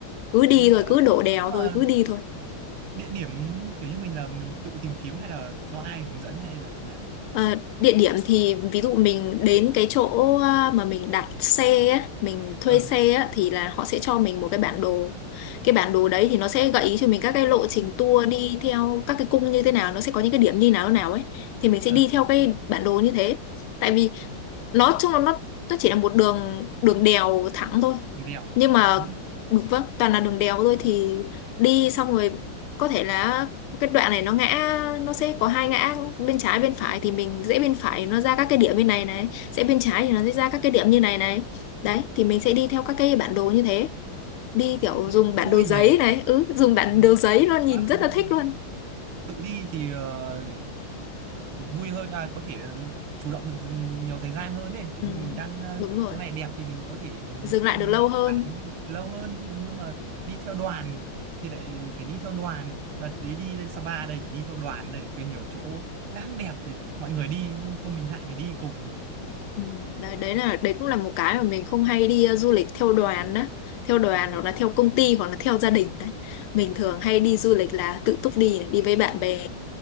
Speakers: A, on the left; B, on the right.
A: cứ đi
B: cứ gọi
A: thôi cứ
B: là
A: đổ đèo
B: nhưng
A: thôi
B: mà
A: cứ đi thôi
B: địa điểm kiểu như mình là mình tự tìm kiếm hay là do ai hướng dẫn hay là thế nào
A: Ờ, địa điểm thì ví dụ mình đến cái chỗ à, mà mình đặt xe á, mình thuê
B: ờ
A: xe á, thì là họ sẽ cho mình một cái bản đồ. Cái bản đồ đấy thì nó sẽ gợi ý cho mình các cái lộ trình tour đi theo các cái cung như thế nào, nó sẽ có những cái điểm như nào nào ấy. Thì mình sẽ
B: ờ
A: đi theo cái bản đồ như thế. Tại vì nói chung là nó nó chỉ là một đường đường đèo thẳng thôi.
B: đèo
A: Nhưng mà
B: nhưng
A: đúng vâng, toàn là đường đèo thôi thì đi xong rồi có thể là cái đoạn này nó ngã nó sẽ có hai ngã bên trái bên phải thì mình dễ bên phải nó ra các cái điểm bên này này dễ bên trái thì nó sẽ ra các cái điểm như này này đấy thì mình sẽ đi theo các cái bản đồ như thế đi
B: à,
A: kiểu
B: thế
A: dùng
B: thì cũng
A: bản
B: vui
A: đồ giấy
B: nhỉ
A: này ừ dùng bản
B: Ừ,
A: đồ giấy luôn nhìn
B: quá là
A: rất là
B: vui.
A: thích luôn
B: tự đi thì ờ, ờ, vui hơn à có thể ờ, chủ động được nhiều thời gian hơn ấy kiểu
A: ừ,
B: như mình đang ờ,
A: đúng rồi
B: chỗ này đẹp thì mình có thể ờ,
A: dừng lại
B: ngồi
A: được lâu
B: lại
A: hơn
B: chụp ảnh lâu hơn nhưng mà đi theo đoàn thì lại phải đi theo đoàn đợt đấy đi lên Sapa đây phải đi theo đoàn này Rồi nhiều chỗ đang đẹp thì mọi người đi nhưng thôi mình lại phải đi cùng
A: ừ, đấy đấy là đấy cũng là một cái mà mình không hay đi ờ, du lịch theo đoàn đó theo đoàn
B: <laughs> ừ.
A: hoặc là theo công ty hoặc là theo gia đình đấy mình
B: Ừ.
A: thường hay đi du lịch là tự túc đi đi với bạn bè